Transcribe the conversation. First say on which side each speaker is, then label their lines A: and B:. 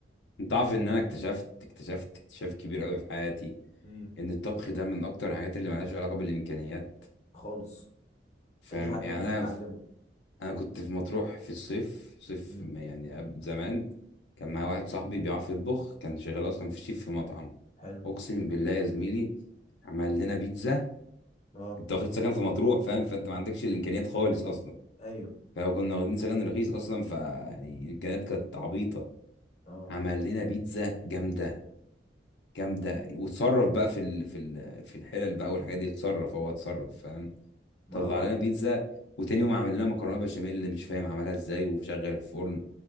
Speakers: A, on the left; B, on the left.
A: انت عارف ان انا اكتشفت اكتشفت اكتشاف كبير قوي في حياتي
B: امم
A: ان الطبخ ده من اكتر الحاجات اللي ملهاش علاقه بالامكانيات
B: خالص
A: فاهم
B: اي حد
A: يعني
B: ممكن
A: انا
B: يتعلمه
A: في... انا كنت في مطروح في الصيف صيف
B: امم
A: ما يعني قبل زمان كان معايا واحد صاحبي بيعرف يطبخ كان شغال اصلا في الشيف في مطعم
B: حلو
A: اقسم بالله يا زميلي عمل لنا بيتزا
B: اه
A: انت واخد سكن في مطروح فاهم فانت ما عندكش الامكانيات خالص اصلا
B: ايوه
A: فكنا واخدين سكن رخيص اصلا فيعني الامكانيات كانت عبيطه
B: اه
A: عمل لنا بيتزا جامده جامده وتصرف بقى في ال... في ال... في الحلل بقى والحاجات دي اتصرف هو اتصرف فاهم
B: ما
A: طلع
B: انا بقول
A: لنا بيتزا
B: لك
A: وتاني يوم عمل لنا مكرونه بشاميل اللي مش فاهم عملها ازاي وشغل الفرن